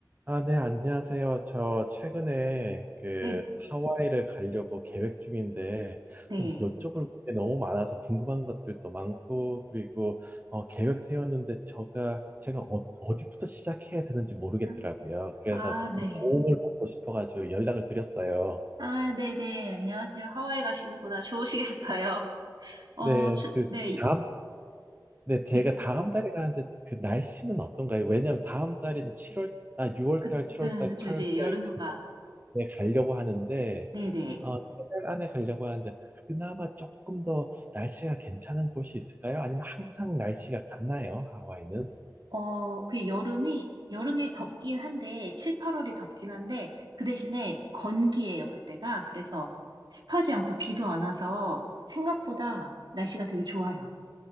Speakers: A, on the right (about 25°); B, on the right (about 75°).
A: 아, 네, 안녕하세요. 저 최근에 그
B: 네,
A: 하와이를 가려고 계획 중인데
B: 네.
A: 좀 여쭤볼 게 너무 많아서 궁금한 것들도 많고 그리고 어, 계획 세웠는데 제가 제가 어, 어디부터 시작해야 되는지 모르겠더라고요.
B: 음,
A: 그래서
B: 아,
A: 조금
B: 네.
A: 도움을 받고 싶어가지고 연락을 드렸어요.
B: 아, 네네. 안녕하세요. 하와이 가시는구나. 좋으시겠어요. <laughs> 어,
A: 네,
B: 추,
A: 그
B: 네. 이,
A: 다음 네, 제가
B: 이-
A: 다음 달에 가는데 그 날씨는 어떤가요? 왜냐하면 다음 달에는 7월, 아, 6월
B: 그,
A: 달, 7월
B: 네,
A: 달,
B: 그쵸.
A: 8월
B: 이제
A: 달
B: 여름휴가.
A: 네, 가려고 하는데,
B: 네네.
A: 어, 세 달 안에 가려고 하는데, 그나마 조금 더 날씨가 괜찮은 곳이 있을까요? 아니면 항상 날씨가 같나요? 하와이는?
B: 어, 그 여름이, 여름이 덥긴 한데, 7, 8월이 덥긴 한데, 그 대신에 건기예요, 그때가. 그래서 습하지 않고 비도 안 와서 생각보다 날씨가 되게 좋아요.